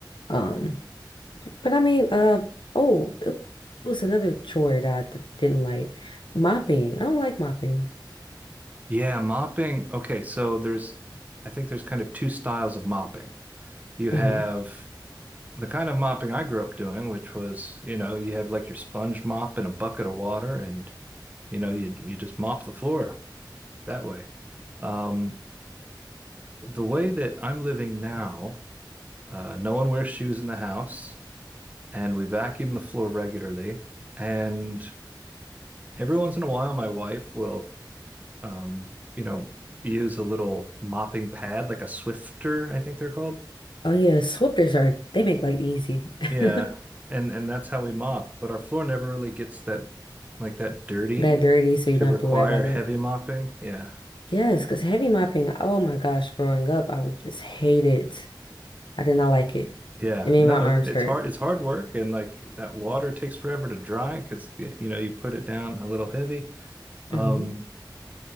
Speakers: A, on the left; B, on the right.
A: Um, but I mean, uh, oh, it was another chore that I d didn't like. Mopping. I don't like mopping.
B: Yeah, mopping. Okay, so there's, I think there's kind of two styles of mopping. You have
A: hmm
B: the kind of mopping I grew up doing, which was, you know, you have like your sponge mop and a bucket of water, and you know, you you just mop the floor that way. Um, the way that I'm living now, uh, no one wears shoes in the house, and we vacuum the floor regularly. And every once in a while, my wife will um, you know, use a little mopping pad, like a Swifter, I think they're called.
A: Oh yeah, sweepers are they make life easy. <laughs>
B: Yeah, and and that's how we mop. But our floor never really gets that like that dirty
A: That dirty, so you
B: to
A: don't
B: require
A: have to worry about
B: heavy
A: it.
B: mopping. Yeah.
A: Yes, because heavy mopping, oh my gosh, growing up, I would just hate it. I did not like it.
B: Yeah.
A: It made
B: No,
A: my
B: it,
A: arms
B: it's
A: hurt.
B: hard it's hard work and like that water takes forever to dry because you know, you put it down a little heavy. Um
A: Mhm.